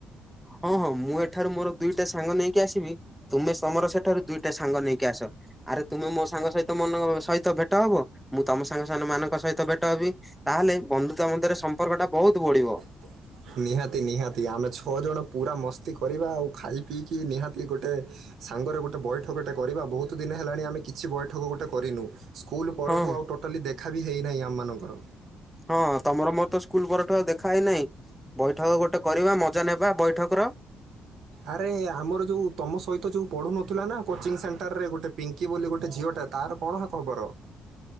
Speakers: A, in the centre; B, on the right.
A: ହଁ ହଁ ମୁଁ ଏଠାରୁ ମୋର ଦୁଇଟା ସାଙ୍ଗ ନେଇକି ଆସିବି। ତୁମେ ତମର ସେଠାରୁ ଦୁଇଟା ସାଙ୍ଗ ନେଇକି ଆସ। ଆରେ ତୁମେ ମୋ ସାଙ୍ଗ ସହିତ ମନ ସହିତ ଭେଟ ହବ। ମୁଁ ତମ ସାଙ୍ଗ ସାନ ମାନଙ୍କ ସହିତ ଭେଟ ହେବି। ତାହେଲେ ବନ୍ଧୁତା ମଧ୍ୟରେ ସମ୍ପର୍କଟା ବୋହୁତ ବଢିବ।
B: <inaudible> ନିହାତି ନିହାତି ଆମେ ଛଅ ଜଣ ପୁରା ମସ୍ତି କରିବା, ଆଉ ଖାଇ ପିଇକି ନିହାତି ଗୋଟେ ସାଙ୍ଗରେ ଗୋଟେ ବୈଠକଟେ କରିବା ବୋହୁତ ଦିନେ ହେଲାଣି ଆମେ କିଛି ବୈଠକ ଗୋଟେ କରିନୁ। ସ୍କୁଲ ପରଠୁ
A: ହଁ
B: ଆଉ ଟୋଟାଲି ଦେଖା ବି ହେଇନାହିଁ ଆମମାନଙ୍କର।
A: ହଁ ତମର ମୋର ତ ସ୍କୁଲ୍ ପରଠୁ ଆଉ ଦେଖା ହେଇନାଇଁ। ବୈଠକ ଗୋଟେ କରିବା ମଜା ନେବା ବୈଠକର।
B: ଆରେ ଆମର ଯୋଉ ତମ ସହିତ ଯୋଉ ପଡୁନଥିଲା ନା କୋଚିଂ ସେଣ୍ଟରରେ ଗୋଟେ ପିଙ୍କି ବୋଲି ଗୋଟେ ଝିଅଟା। ତାର କଣ ହା ଖବର?